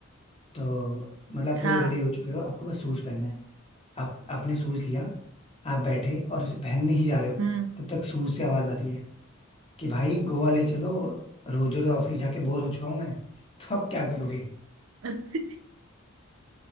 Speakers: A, on the left (about 30°); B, on the right (about 65°).
A: तो मतलब आप पूरे
B: हाँ
A: रेडी हो चुके हो आपको बस शूज पहनना है आप आपने शूज लिया आप बैठे और उसे पहनने ही जा रहे हो
B: हम्म
A: तब तक शूज से आवाज आती है कि भाई गोवा ले चलो रोज रोज ऑफिस जाके बोर हो चुका हूँ मैं तो अब क्या करोगे
B: <laughs>